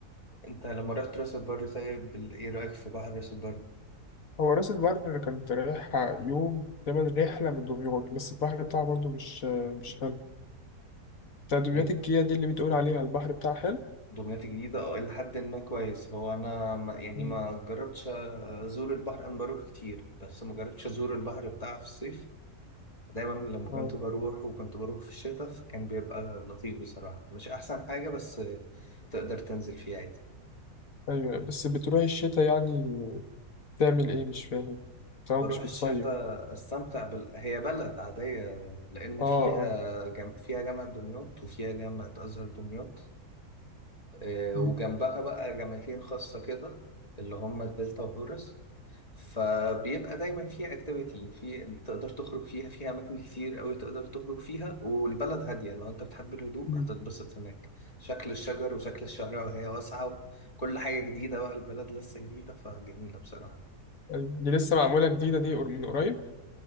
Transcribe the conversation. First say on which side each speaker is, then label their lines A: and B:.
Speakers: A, on the left; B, on the left.
A: انت لما رحت راس البر طيب ايه رأيك في بحر راس البر؟
B: هو راس البر كانت رايحة يوم تمن رحلة من دمياط بس البحر بتاعها برضو مش مش حلو تدريبات
A: إيه،
B: الكيا دي اللي بتقول عليها البحر بتاعها حلو
A: دمياط الجديدة اه إلى حد ما كويس هو أنا ما يعني
B: مم.
A: ما جربتش أزور البحر أنا بروح كتير بس ما جربتش أزور البحر بتاعها في الصيف دايما لما كنت
B: اه
A: بروح وكنت بروح في الشتاء فكان بيبقى لطيف بصراحة مش أحسن حاجة بس تقدر تنزل فيها عادي
B: ايوه بس بتروح الشتاء يعني تعمل ايه مش فاهم طبعا
A: بروح
B: مش بتصيف
A: الشتاء أستمتع بال... هي بلد عادية لأن
B: اه
A: فيها
B: اه
A: جم... فيها جامعة دمياط وفيها جامعة أزهر دمياط آه،
B: مم.
A: وجنبها بقى جامعتين خاصة كده اللي هما الدلتا وهورس فبيبقى دايما فيها اكتيفيتي في تقدر تخرج فيها فيها اماكن كتير قوي تقدر تخرج فيها والبلد هاديه لو انت بتحب الهدوء
B: مم.
A: هتتبسط هناك شكل الشجر وشكل الشارع وهي واسعه وكل حاجه جديده بقى البلد لسه جديده فجميله بصراحه
B: أيوة. دي لسه معمولة جديدة دي قر- من قريب